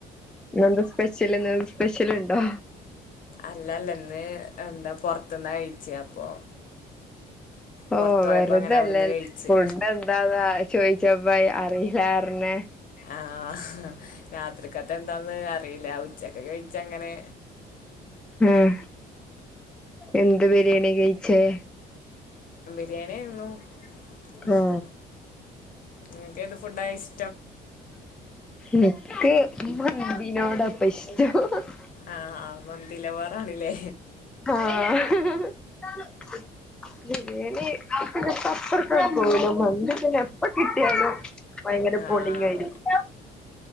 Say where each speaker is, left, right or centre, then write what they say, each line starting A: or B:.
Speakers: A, in the centre; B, on the left.
A: നിന്ത സ്പെഷ്യല്ന്ത സ്പെഷ്യൽണ്ടോ
B: അല്ല അല്ലന്ന് എന്താ പൊറത്തന്നാ കഴിച്ച അപ്പൊ പൊറത്ത്
A: ഓ വെറുതല്ലേേ
B: പോയപ്പോ അങ്ങനെ അവിടുന്ന് കഴിച്ച്
A: ഫുഡ് എന്താന്നാ ചോയിിച്ച ൈ അറിയില്ലാർന്നെ
B: ആഹ രാത്രിക്കത്ത് എന്താന്ന് അറിയില്ല ഉച്ചക്കെ കഴിച്ച് അങ്ങനെ
A: ആഹ് എന്ത് ബിരിയാണി കഴിച്ചേ
B: നായിരുന്നു ഉം
A: ഓ
B: നിങ്ങക്ക് ഏതു ഫുഡാ കഴിച്ച്
A: എനക്ക് മമ്പിനോടപ്പ ഇഷ്ടം ഹ് ഹ്
B: ആഹ് ആ മന്തിലവാറാണില്ലേ
A: ആഹ ഹ ഹ ബിരിയേണി പിന്നെപ്പ <unintelligible> മന്തി പിന്നെ എപ്പ കിട്ടിയാലും ഭയങ്കര
B: ആഹ്
A: പോളിങ്ങായിരിക്കും